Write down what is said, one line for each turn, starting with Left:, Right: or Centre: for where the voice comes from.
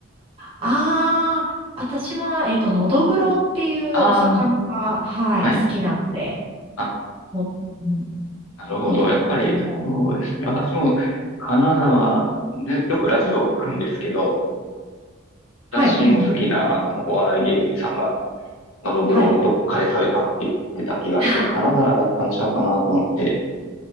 Right: ああ、私は、えっと、のどぐろっていうお魚が、
Left: ああ
Right: はい、
Left: ー、はい。
Right: 好きなので、
Left: あ
Right: の、うん
Left: なるほど。
Right: のどぐろの、
Left: やっぱりそうですね。私も金沢、ね、よくラジオを聞くんですけど、私の好きなあのお笑い芸人さんが、
Right: はい、うんうん、
Left: のどぐろをどっかで食べたって言ってた気がして、
Right: はい。<laughs>
Left: 金沢だったんちゃうかなと思って、やっ